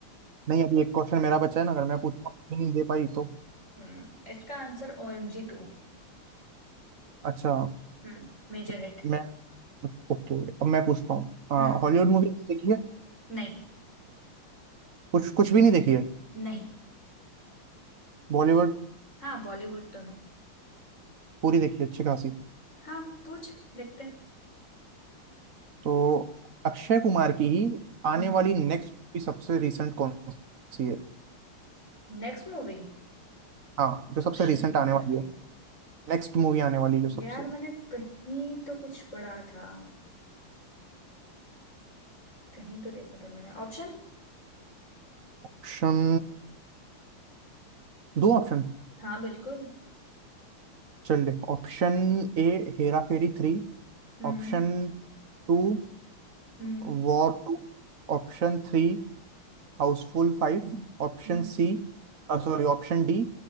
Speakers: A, on the right (about 45°); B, on the left (about 35°).
A: नहीं अभी एक क्वेश्चन मेरा बचा है ना अगर मैं पूछूंगा तो नहीं दे पाई तो
B: हम्म इसका answer O M G two
A: अच्छा
B: हम्म Major
A: चल,
B: hit
A: मैं ओके अब मैं पूछता हूँ
B: हम्म
A: हॉलीवुड मूवी देखी है
B: नहीं
A: कुछ कुछ भी नहीं देखी है
B: नहीं
A: बॉलीवुड
B: हाँ बॉलीवुड तो है
A: पूरी देखी है अच्छी खासी
B: हाँ पूछ देखते हैं।
A: तो अक्षय कुमार की ही आने
B: हम्म
A: वाली नेक्स्ट भी सबसे रिसेंट कौन सी है
B: नेक्स्ट मूवी
A: हाँ जो सबसे
B: अक्षय
A: रिसेंट
B: कुमार
A: आने वाली
B: की
A: है नेक्स्ट मूवी आने वाली जो सबसे
B: यार मैंने कहीं तो कुछ पढ़ा था कहीं तो देखा था मैंने ऑप्शन
A: ऑप्शन दो ऑप्शन
B: हाँ बिल्कुल
A: चल ले option A Hera Pheri three
B: हम्म
A: option two
B: हम्म
A: War two option three Housefull five option
B: हम्म
A: C sorry option D